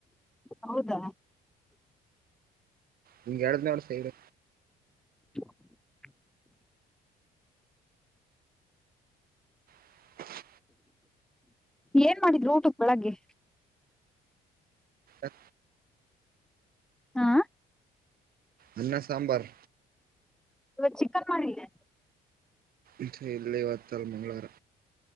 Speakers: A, in the centre; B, on the right (about 60°).
A: ಹೌದಾ
B: ನಿಂ ಇಡನ ಅವರ ಸೈಡು
A: ಹ
B: ಹ
A: ಏನ್ ಮಾಡಿದ್ರು ಊಟ ಬೆಳಗ್ಗೆ
B: ಹ
A: ಹಾ
B: ಅನ್ನ ಸಾಂಬಾರ್
A: ಇವವ ಚಿಕನ್ ಮಾಡಿದ್ದೆ
B: ಇಲ್ಲ ಬತಲ್ಲ ಮಂಗಳವಾರ